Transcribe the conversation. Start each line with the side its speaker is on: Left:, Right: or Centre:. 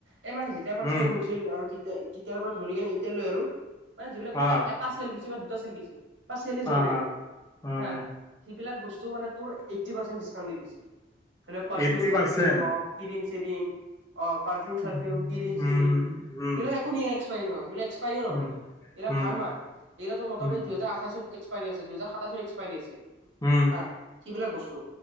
Right: এই মানে যেতিয়াৰপৰা
Left: উম,
Right: ষ্টৰ খোলি ছিল আৰু তেতিয়া তেতিয়াৰ পৰা ধৰি কেনে এতিয়ালৈ আৰু। মানে যিবিলাক
Left: অ',
Right: বস্তু এটা চেল গৈছে বা দুটা চেল গৈছে।। বা চেলেই
Left: অ',
Right: যোৱা নাই একো,
Left: উম,
Right: হা! সেইবিলাক বস্তু মানে তোৰ এইটটি পাৰ্চেণ্ট ডিচকাউণ্ট দি দিছে। ধৰি ল পাৰফিউম-চাৰফিউম
Left: এইট্টি পাৰ্চেণ্ট।
Right: হওঁক, ক্ৰীম-চ্ৰীম। অহ পাৰফিউম-চাৰফিউম,
Left: উম,
Right: ক্ৰীম-চ্ৰীম।
Left: উম,
Right: সেইবিলাক একো নিয়া এক্সপাইৰী নহয়, সেইবিলাক এক্সপাইৰীও নহয়।
Left: উম,
Right: সেইবিলাক
Left: উম,
Right: ভাল মাল। এইবিলাকটো মোটামুটি
Left: উম,
Right: দুইহাজাৰ আঠাইছত এক্সপাইৰী আছে। দুইহাজাৰ সাতাইছৰ এক্সপাইৰী আছে।
Left: উম
Right: হা সেইবিলাক বস্তু